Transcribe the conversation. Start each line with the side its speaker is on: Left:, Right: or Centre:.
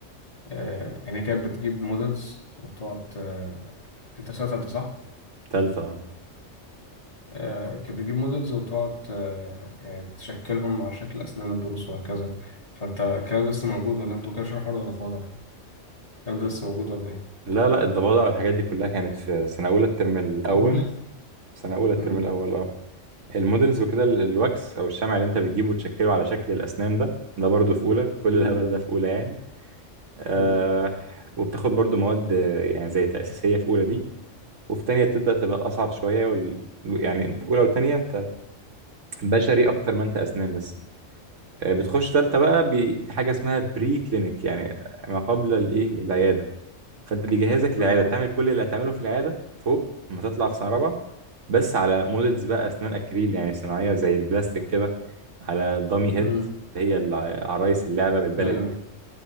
Left: آه، يعني هي كانت بتجيب موديلز وبتقعد آه، انت في سنه ثالثه صح؟
Right: تالتة اه
Left: آه، كانت بتجيب موديلز وتقعد آه، يعني تشكلهم على شكل اسنان الضروس وهكذا فانت الكلام ده لسه موجود ولا انتوا كده شرح حر ولا فاضي؟ الكلام ده لسه موجود ولا ايه؟
Right: لا لا الضفادع والحاجات دي كلها كانت في سنة أولى الترم الأول
Left: اولى؟
Right: سنة أولى الترم
Left: امم
Right: الأول اه المودلز وكده ال- الواكس أو الشمع اللي أنت بتجيبه وتشكله على شكل الأسنان ده ده برضه في أولى كل
Left: امم
Right: الهبل ده في أولى يعني آه
Left: امم
Right: وبتاخد برضه مواد آه، يعني زي تأسيسية في أولى دي وفي تانية بتبدأ تبقى أصعب شوية وال... يعني أنت أولى وتانية أنت بشري أكتر ما أنت أسنان لسه آه بتخش تالتة بقى بحاجة اسمها بري كلينيك يعني ما قبل الإيه العيادة فانت بيجهزك للعياده
Left: اه
Right: بتعمل كل اللي هتعمله في العياده فوق لما تطلع في سنه رابعه بس على مودلز بقى اسنان اكريل يعني صناعيه زي البلاستيك كده على دامي هيد
Left: امم
Right: اللي هي الع- عرايس اللعبه بالبلدي
Left: ايوه
Right: يعني.